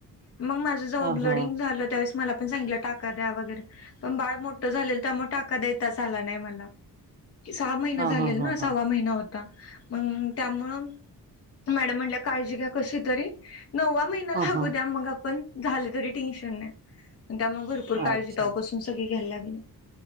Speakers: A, on the left (about 40°); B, on the right (about 25°).
A: मग माझ जवा
B: हा
A: ब्लडिंग
B: हा
A: झाल त्यावेळेस मला पण सांग टकाद्या वगैरे पण बाठ झाल त्यामुळे टाका देताच आला नाही. सहा महिना
B: हां,
A: झाले
B: हां, हां,
A: ना
B: हां,
A: सवा महिना होत त्यामुळ मॅडम म्हणल्या काळजी घ्या कशी तरी नवा महिणा होता.
B: हां,
A: लागु
B: हां.
A: द्या मग आपण झाल तरी काय टेन्शन नाही त्यामुळे भरपूर काजी
B: अच्छा.
A: सगळी घ्यायला लागली.